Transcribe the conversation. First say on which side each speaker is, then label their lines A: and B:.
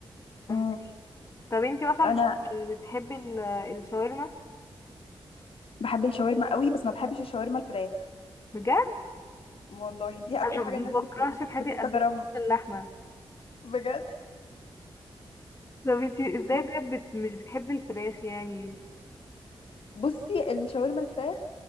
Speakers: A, on the left; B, on the left.
A: فاهمة؟
B: مم.
A: طب انتي مثلا
B: انا
A: بت- بتحبي ال- الشاورما
B: بحب الشاورما قوي بس ما بحبش الشاورما الفراخ
A: بجد
B: والله دي اكتر
A: انا
B: حاجه
A: ما
B: الناس بت...
A: بكرهش في حياتي
B: بتستغربها
A: قد كده اللحمه
B: بجد
A: طب انتي ازاي
B: بص-
A: طيب بت... مش بتحبي الفراخ يعني
B: بصي الشاورما الفراخ